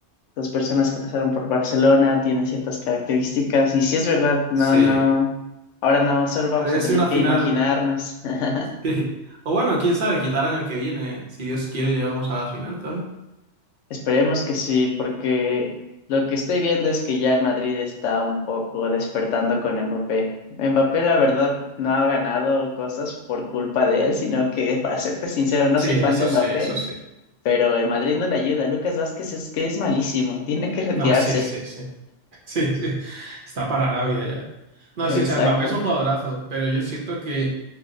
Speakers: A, on the left (about 75°); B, on the right (about 50°).
A: las personas que pasaron por Barcelona tienen ciertas características. Y si es verdad, no,
B: Sí.
A: no. Ahora no, solo vamos
B: Habría
A: a tener
B: sido una
A: que
B: final.
A: imaginarnos. <laughs>
B: <laughs> sí. O bueno, quién sabe, quizá el año que viene, si Dios quiere, llegamos a la final también.
A: Esperemos que sí, porque lo que estoy viendo es que ya el Madrid está un poco despertando con Mbappé. Mbappé, la verdad, no ha ganado cosas por culpa de él, sino que, <laughs> para serte sincero, no
B: Sí,
A: soy
B: eso
A: fan de Mbappé,
B: sí, eso sí.
A: pero el Madrid no le ayuda. Lucas Vázquez es que es malísimo, tiene que retirarse.
B: No, sí, sí, sí. <laughs> Sí, sí, está para Arabia ya. No,
A: <laughs> Exacto.
B: sí, o sea, Mbappé es un jugadorazo, pero yo siento que